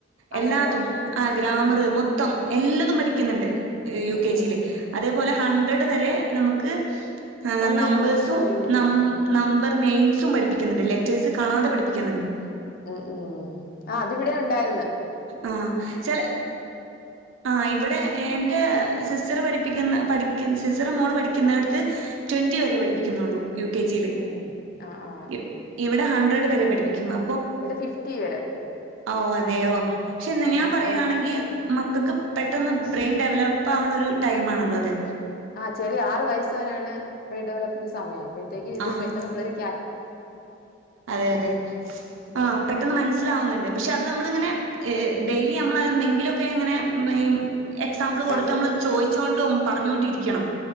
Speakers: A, on the left; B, on the right.
A: അങ്ങനെയുള്ള
B: എല്ലാതും ആ ഗ്രാമറ്
A: ഉം
B: മൊത്തം എല്ലതും പഠിക്ക്ന്നുണ്ട് യു
A: ഉം
B: കെ
A: ഉം
B: ജിയില് അതേപോലെ ഹൺ ട്രഡ് വരെ നമക്ക് ഹ
A: ഒന്ന്
B: നമ്പേഴ്സും
A: രണ്ട് അത് എഴുതിപ്പിക്കുന്നു
B: നം നമ്പർ നെയിംസും പഠിപ്പി ക്ക്ന്നുണ്ട് ലെറ്റേഴ്സ് കാണാതെ പഠിപ്പിക്കുന്നുണ്ട്
A: ഉം ഉം ആ അതിവിടേം ഒണ്ടായി
B: ആ ചെല ആ ഇവിടെ എ എൻ്റെ സിസ്റ്ററ് പഠിപ്പിക്കുന്ന പഠിക്ക് സിസ്റ്ററ് മോള് പഠിക്കുന്നേടത്ത് ട്വൻ്റി വരെ പഠിപ്പിക്കുന്നൊള്ളൂ യു കെ ജിയില്
A: ഉം ആ ആ
B: ഇവ് ഇവിടെ ഹൺ ഡ്രഡ് വരെ പഠപ്പിക്കുമാ
A: ഇവിടെ ഫിഫ്റ്റി വരെ
B: അ ഓ അ തേയോ പക്ഷെ ന്ന്
A: ആ
B: ഞാൻ പറയാണെങ്കി
A: ഒന്ന്
B: മക്കക്ക് പെട്ടെന്ന് ബ്രെയിൻ ഡെവലപ്പ് ആവണ ഒരു ടൈം ആണല്ലോ അത്.
A: ആ ചെറി ആറ് വയസ്സ് വരാണ് വ ഡെല്മെന് സയം, അപ്പഴത്തേക്ക് ഇത്
B: ആഹ്
A: പെട്ടന്ന് പിള്ളേര്....
B: അതെ അതെ.
A: ഉം
B: ആഹ് പെട്ടെന്ന് മനസ്സിലാവുന്നുണ്ട്. പക്ഷെ അ അത് നമ്മളിങ്ങനെ ഏഹ് ഡെയിലി നമ്മളന്തെങ്കിലുമൊക്കെ ഇങ്ങനെ ഇമ്മേയ് മ് എക്സാമ്പിൾ കൊടുത്ത്
A: പറഞ്ഞ്
B: നമ്മൾ ചോയ് ച്ചോണ്ടും പറഞ്ഞോണ്ടും ഇരിക്കണം.